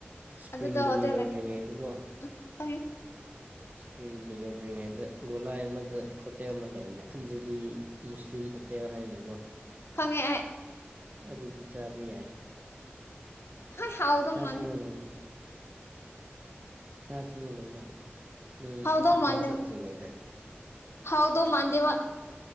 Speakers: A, on the right; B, on the left.
A: ꯏꯁꯄ꯭ꯔꯤꯡ
B: ꯑꯗꯨꯗ
A: ꯚꯦꯂꯤ
B: ꯍꯣꯇꯦꯜ
A: ꯌꯧꯗ꯭ꯔꯤꯉꯩꯗꯀꯣ
B: ꯂꯩꯕꯗꫭ ꯈꯪꯑꯦ ꯎꯝ ꯈꯪꯑꯦ
A: ꯏꯁꯄ꯭ꯔꯤꯡꯂꯤ ꯌꯧꯗ꯭ꯔꯤꯉꯩꯗ ꯒꯣꯂꯥꯏ ꯑꯃꯗ ꯍꯣꯇꯦꯜ ꯑꯃ ꯂꯩꯕꯅꯦ ꯑꯟꯖꯥꯂꯤ ꯃꯨꯁꯂꯤꯝ ꯍꯣꯇꯦꯜ ꯍꯥꯏꯅꯀꯣ
B: ꯈꯪꯉꯦ ꯑꯩ
A: ꯑꯗꯨꯗꯨ ꯆꯥꯕ ꯌꯥꯏ꯫
B: ꯍꯥꯏ ꯍꯥꯎꯗꯧꯃꯥꯟꯗꯦ
A: ꯆꯥꯁꯤꯔꯣ ꯅꯣꯡꯃ ꯆꯥꯁꯤꯅꯦ ꯅꯣꯡꯃ ꯅꯪ
B: ꯍꯥꯎꯗꯧ
A: ꯏꯝꯐꯥꯜ
B: ꯃꯥꯟꯗꯦ
A: ꯆꯠꯇ꯭ꯔꯤꯉꯩꯗ
B: ꯍꯥꯎꯗꯧ ꯃꯥꯟꯗꯦꯕ